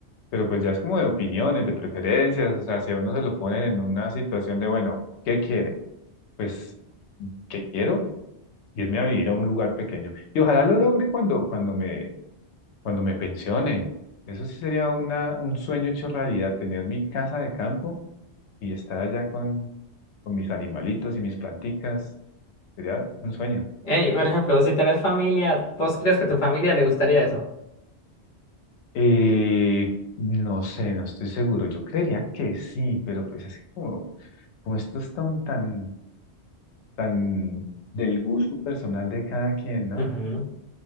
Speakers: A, on the left; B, on the left.
A: Pero pues ya es como de opiniones, de preferencias, o sea, si a uno se lo ponen en una situación de, bueno, ¿qué quiere? Pues, ¿qué quiero? irme a vivir a un lugar pequeño. Y ojalá lo logre cuando, cuando me, cuando me pensione. Eso sí sería una, un sueño hecho realidad, tener mi casa de campo y estar allá con, con mis animalitos y mis planticas. Sería un sueño.
B: Ey, por ejemplo, si tenés familia, ¿vos crees que a tu familia le gustaría eso?
A: Eh, no sé, no estoy seguro. Yo creería que sí, pero pues es que como, como esto es tan, tan, tan del gusto personal de cada quien, ¿no?
B: Ujú.